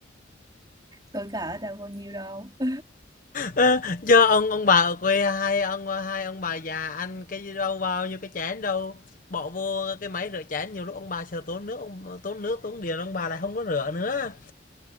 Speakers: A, on the right; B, on the left.
A: Tuổi cỡ đâu bao nhiêu đâu <laughs>
B: Ơ, do ông ông bà ở quê hai ông hai ông bà già ăn cái gì đâu bao nhiêu cái chén đâu bỏ vô cái máy rửa chén nhiều lúc ông bà sợ tốn nước ông tốn nước tốn điện ông bà lại không có rửa nữa